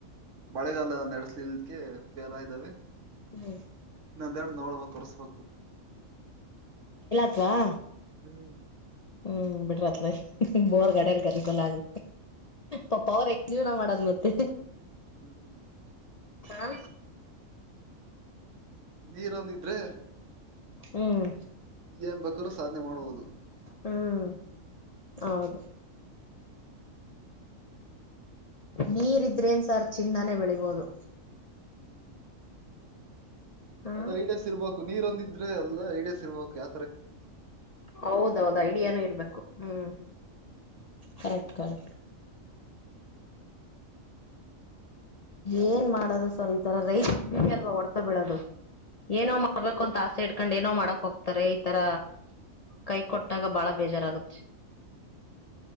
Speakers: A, on the right; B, on the left.
A: ಮಳೆಗಾಲ ನಡೆಸ್ಲಲ್ಕ್ಕೆ ಫೇಲ್ ಆದವೆ
B: ಹ್ಮ್
A: ರಡಿ ನೋಡಬೇಕ ಕರಸಬೇಕ
B: ವಾ
A: ಹ್ಮ್
B: ಹ್ಮ್ ಬಿಟ್ರತ್ಲ ಬೋರ್ ಗಡರ್ ಕರ್ಲ ಆಗ ಪಪ ಅವ್ರ ಜೀವನ ಮಾಡದ್ ಮತ್ತೆ
A: ಹ್ಮ್
B: ಹ
A: ನೀರ ಒಂದಿದ್ರೆ
B: ಹ್ಮ್
A: ಏನ್ ಬೇಕಾದ್ರೂ ಸಾಧನೆ ಮಾಡುವುದು
B: ಹ್ಮ್ ಹೌದು ನೀರಿದ್ರೇನ್ ಸರ್ ಚಿಂದನೆ ಬೆಳಿಬೋದು
A: ಹ್ಮ್
B: ಹ್ಮ್
A: ಅದ ಐಡಸ್ ಇರ್ಬೇಕು ನೀರೊಂದ ಎಲ್ಲ ಇಡೇ ಸಿರ್ಬೇಕಕ್ ಯ
B: ಹೌದೌದು ಐಡಿಯಾನು ಇರ್ಬೇಕು ಹ್ಮ್ ಹರಕಲ್ ಏನ್ ಮಾಡದು ಸರ್ ಈ ತರ ರೈತ ಅಲ್ವಾ ಹೊಡ್ತ ಬಿಡದು
A: ಹ್ಮ್
B: ಏನೋ ಮಾಡ್ಬೇಕು ಅಂತ ಆಸೆ ಇಡ್ಕೊಂಡು ಏನ ಏನೋ ಮಾಡಕ್ ಹೋಗ್ತಾರೆ ಈತರ ಕೈ ಕೊಟ್ಟಾಗ ಬಾಳ ಬೇಜಾರಾಗುತ್ತೆ